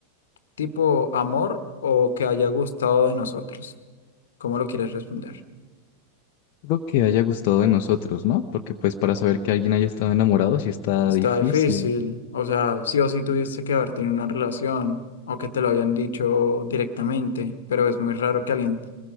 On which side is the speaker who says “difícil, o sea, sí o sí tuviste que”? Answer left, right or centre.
Left